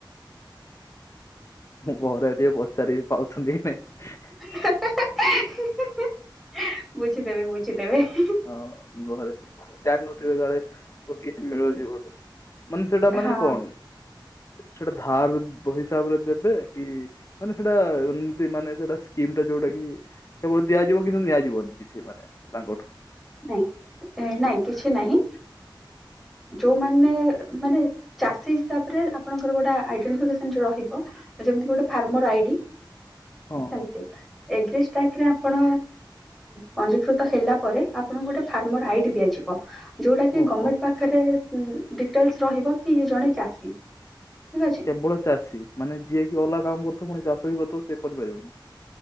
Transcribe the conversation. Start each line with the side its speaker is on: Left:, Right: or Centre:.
Left: ମୁଁ ଘରେ ଟିକେ ପଚାରିବି, ପାଉଛନ୍ତି କି ନାଇଁ?
Centre: ହେ ହେ ହେ ହୁଁ ହୁଁ ହୁଁ, ବୁଝିଦେବେ ବୁଝିଦେବେ।
Left: ହଁ ବରେ ତା ନତ ବ କାଳେ କିଛି ମିଳୁଛି ବ ମାନେ ସେଟା ମାନେ
Centre: ହଁ
Left: କଣ ସେଇଟା ଧାର ହିସାବରେ ଦେବେ କି ମାନେ ସେଇଟା ଏମତି ମାନେ ସେଟା ସ୍କିମ ଟା ଯୋଉଟା କି କେବଳ ଦିଆଯିବ କିନ୍ତୁ ନିଆଯିବନି କିଛି ମାନେ ତାଙ୍କଠୁ
Centre: ନାଇଁ ନାଇଁ କିଛି ନାହିଁ। ଯୋଉମାନେ ମାନେ ଚାଷୀ ହିସାବରେ ଆପଣଙ୍କର ଗୋଟେ ଆଇଡଣ୍ଟିଫସନ ରହିବ। ଯେମତି ଗୋଟେ ଫାର୍ମର ଆଇଡି।
Left: ହଁ
Centre: ସେମତି
Left: ହଁ।
Centre: <unintelligible> ଆପଣ ପଞ୍ଜୀକୃତ ହେଲା ଆପଣଙ୍କୁ ଗୋଟେ ଫାର୍ମର ଆଇଡି ଦିଆଯିବ ଯୋଉଟା
Left: ଓହୋ
Centre: ଗମେଣ୍ଟ ପାଖ ପାଖରେ ଡିଟେଲସ ରହିବ କି ଇଏ ଜଣେ ଚାଷୀ, ଠିକ ଅଛି।
Left: କେବଳ ଚାଷୀ ମାନେ ଯିଏ କିି ଅଲଗା କାମ କରୁଥଉ ପୁଣି ଚାଷ ବି କରିଥାଉ ସେିଏ କରିପାରିବନି।